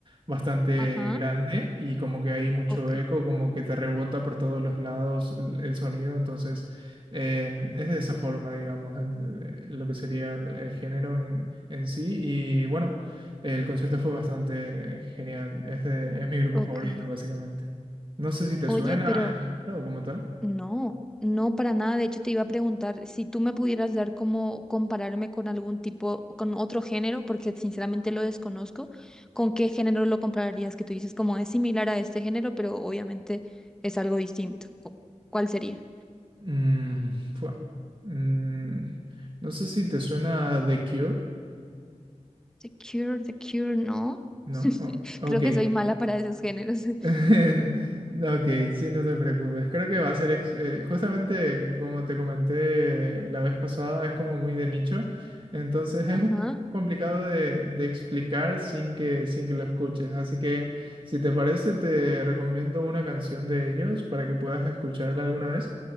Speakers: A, on the right; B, in the centre.
A: bastante
B: Ajá,
A: grande y como que hay mucho
B: ok,
A: eco, como que te rebota por todos los lados el, el sonido, entonces eh, es de esa forma, digamos, el- lo que sería el, el género en, en sí y bueno, el concierto fue bastante genial, es de- es mi grupo
B: ok.
A: favorito básicamente. No sé si te
B: Oye,
A: suena,
B: pero...
A: no, como tal.
B: No, no para nada. De hecho, te iba a preguntar si tú me pudieras dar como compararme con algún tipo, con otro género, porque sinceramente lo desconozco. ¿Con qué género lo compararías? Que tú dices como es similar a este género, pero obviamente es algo distinto. Cu- ¿Cuál sería?
A: Mm, fue. Mm, no sé si te suena The Cure,
B: The Cure, The Cure, no. <laughs>
A: ¿no? O-
B: Creo
A: ok.
B: que soy mala para esos géneros.
A: <laughs>
B: <laughs>
A: Ok, sí, no te preocupes. Creo que va a ser ex- eh, justamente como te comenté la vez pasada, es como muy de nicho. Entonces es
B: Ajá,
A: un poco complicado de, de explicar sin que, sin que lo escuches. Así que si te parece, te recomiendo una canción de ellos para que puedas escucharla alguna vez.